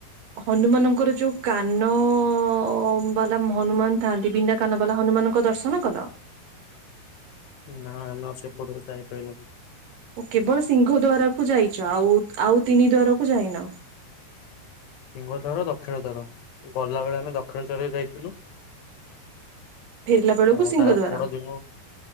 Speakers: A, on the right; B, on the left.
A: ହନୁମାନଙ୍କର ଯୋଉ କାନ ଓ ବାଲା ହନୁମାନ ଥାଆନ୍ତି। ବିନା କାନ ବାଲା ହନୁମାନଙ୍କ ଦର୍ଶନ କଲ।
B: ନା ଆମେ ସେପଟକୁ ଯାଇପାଇଲୁନି।
A: ଓ କେବଳ ସିଂହ ଦ୍ୱାରକୁ ଯାଇଚ। ଆଉ ଆଉ ତିନି ଦ୍ଵାରକୁ ଯାଇନ।
B: ସିଂହ ଦ୍ୱାର ଦକ୍ଷିଣ ଦ୍ୱାର ଗଲାବେଳେ ଆମେ ଦକ୍ଷିଣ ଦ୍ୱାରରେ ଯାଇଥିଲୁ।
A: ଫେରିଲା ବେଳକୁ
B: ଆଉ
A: ସିଂହ
B: ତା
A: ଦ୍ୱାର।
B: ପରଦିନ